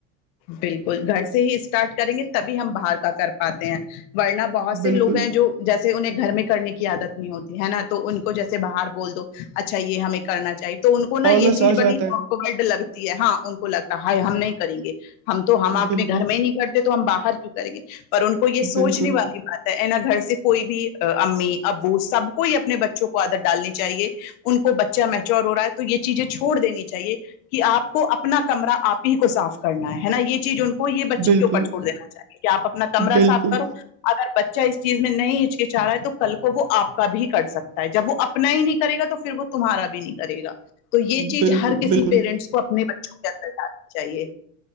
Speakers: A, on the left; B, on the right.
A: بالکل گھر سے ہی اسٹارٹ کریں گے تبھی ہم باہر کا کر پاتے ہیں ورننا بہت سے
B: بالکل
A: لوگ ہیں جو جیسے انہیں گھر میں کرنے کی عادت نہیں ہوتی ہے نا تو ان کو جیسے باہر بول دو اچھا یہ ہمیں کرنا چاہیے تو ان کو نا یہ
B: آلس
A: چیز
B: آ
A: بنی
B: جاتا
A: گڈ لگتی ہے ہاں ان کو لگتا ہے ہائی ہم نہیں کریں گے ہم تو
B: ہے
A: ہم اپنے
B: بالکل
A: گھر میں ہی نہیں کرتے تو ہم باہر کیوں کریں گے پر ان کو یہ
B: بالکل
A: سوچ نہیں وال رہی آ ہے نا گھر سے کوئی بھی امی ابو سب کو ہی اپنے بچوں کو آادت ڈالنی چاہیے ان کو بچہ میچور ہو رہا ہے تو یہ چیزیں چھوڑ دینی چاہیے کہ آپ کو اپنا کمرہ آپ ہی کو صاف کرنا ہے نا یہ چیز ان کو یہ بچے
B: بالکل
A: کے اوپر چھڑ دینا چاہیے کہ آپ اپنا کمرہ
B: بالکل
A: صاف کرو اگر بچہ اس چیز میں نہیں ہچک چاہ رہا ہے تو کل کو وہ آپ کا بھی کر سکتا جب وہ اپنا ہی نہیں کرے گا تو پھر وہ تمہارا بھی نہیں کرے گا تو یہ چیز
B: بالکل
A: ہر کسی
B: بالکل
A: کے کو اپنے بچوں کے اندر ڈالنا چاہیے